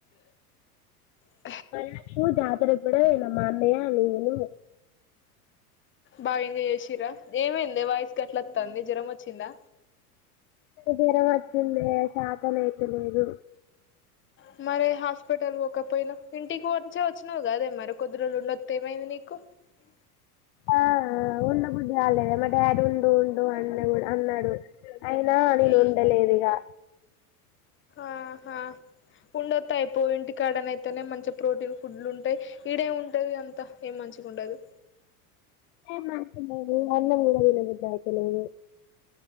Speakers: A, on the left (about 25°); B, on the left (about 55°).
A: ఆ
B: మళ్ళ పూ జాతర కూడా వెళ్ళాము మా అన్నయ్య నువ్వు
A: బాగా ఎంజాయ్ చేసిరా ఏమైందే వాయిస్ గట్లా వత్తాంది జ్వరం వచ్చిందా
B: జరం వచ్చిందే శాతన అయిత లేదు
A: ఉ మరి హాస్పిటల్ పోకపోయినా ఇంటికి వచే వచ్చినవు. కదే మరి కొద్ది రోజులు ఉండొత్తే ఏమైంది నీకు. <unintelligible>
B: ఆ ఉండబుద్దు కాలేదే మా డాడీ ఉండు ఉండు అన్నడు కూడా అన్నాడు అయినా
A: నీకు
B: నేను ఉండలేదుగా
A: ఆహా ఉండొతాయిపో ఇంటికాడన అయితేనే మంచి ప్రోటీన్ ఫుడ్లు ఉంటాయి ఈడేమి ఉంటాది అంతా ఏ మంచి గా ఉండదు.
B: ఏ మన అన్నము కూడా తిన బుద్ధి అయితలేదు.